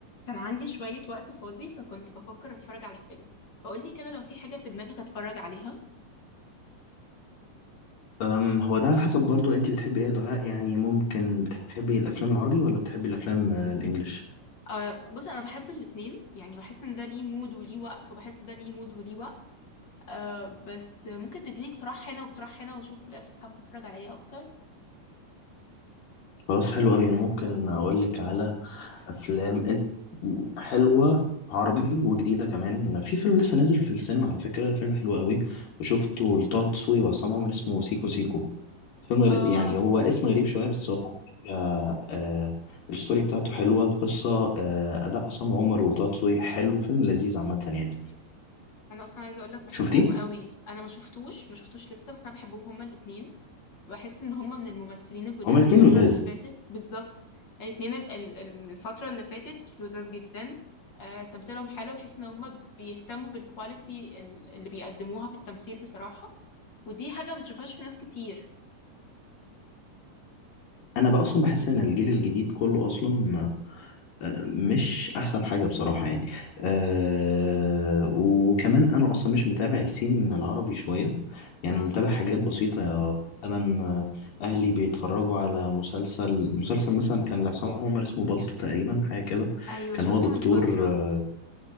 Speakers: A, on the left; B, on the left.
A: كان عندي شوية وقت فاضي فكنت بفكر اتفرج على فيلم فقولي كده لو في حاجة في دماغك اتفرج عليها
B: أم هو ده على حسب برضو انت بتحبي ايه يا دعاء يعني ممكن بتحبي الافلام العربي ولا بتحبي الافلام آه، الانجليش
A: أه بص انا بحب الاتنين يعني بحس ان ده ليه مود وليه وقت وبحس ده ليه مود وليه وقت أه بس ممكن تديني اقتراح هنا واقتراح هنا واشوف في الاخر حابة اتفرج على ايه اكتر
B: خلاص حلو قوي انا ممكن اقول لك على افلام ال- حلوه عربي وجديده كمان في فيلم لسه نازل في السينما على فكره فيلم حلو قوي وشفته لطه دسوقي وعصام عمر اسمه سيكو سيكو فيلم غري-
A: أه
B: يعني هو اسم غريب شويه بس هو على فكره آه، الستوري بتاعته حلوه القصه آه، اداء عصام عمر وطه دسوقي حلو فيلم لذيذ عامه يعني
A: انا اصلا عايزة اقولك بحبهم
B: شفتيه
A: قوي انا ما شفتوش ما شفتوش لسه بس انا بحبهم هما الاتنين بحس ان هم من الممثلين الجداد
B: هما الاثنين
A: الفترة
B: لذاذ
A: اللي فاتت بالظبط الاتنين ال- ال- الفترة اللي فاتت لذاذ جدا آه تمثيلهم حلو بحس ان هم بيهتموا بالكواليتي ال- اللي بيقدموها في التمثيل بصراحة ودي حاجة ما بتشوفهاش في ناس كتير
B: انا بقى اصلا بحس ان الجيل الجديد كله اصلا آه، مش احسن حاجه بصراحه يعني أه وكمان انا اصلا مش متابع السين العربي شويه يعني
A: اه
B: متابع حاجات بسيطه مثلا آه، اهلي بيتفرجوا على مسلسل مسلسل مثلا كان لعصام عمر اسمه بالطو تقريبا حاجه كده
A: ايوه
B: كان
A: شفته
B: هو دكتور
A: من فترة
B: آه،